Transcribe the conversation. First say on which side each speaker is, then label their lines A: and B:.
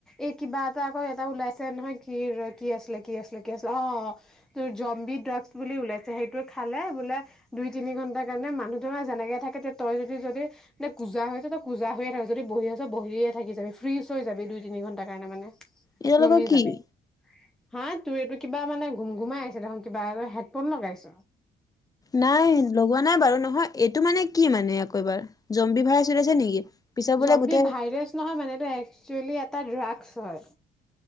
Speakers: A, in the centre; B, on the left.
A: এ কিবা এটা আকৌ এটা ওলাইছে নহয়, কি ৰ', কি আছিলে, কি আছিলে, কি আছিলে, অ' তোৰ জম্বি ড্ৰাগছ বুলি ওলাইছে, সেইটো খালে বোলে দুই তিনি ঘণ্টাৰ কাৰণে, মানুহতো নহয় যেনেকে থাকে, তে তই যদি-যদি নে কোঁজা হৈ আছ তই কোঁজা হৈয়ে থাক। যদি বহি আছ, বহিয়ে থাকি যাবি, ফ্ৰিজ হৈ যাবি, দুই তিনি ঘন্টাৰ কাৰণে মানে,
B: এতিয়ালোকৰ
A: জমি
B: কি?
A: যাবি। হা তোৰ এইটো কিবা মানে গুম-গুমাই আছে, দেখোন কিবা, হেডফোন লগাইছ?
B: নাই লগোৱা নাই বাৰু, নহয় এইটো মানে কি মানে আকৌ এবাৰ, জম্বি ভাইৰাছ ওলাইছে নেকি? পিছত বোলে
A: জম্বি
B: গোটেই
A: ভাইৰাছ নহয় মানে এইটো একচুৱেলি এটা ড্ৰাগছ হয়।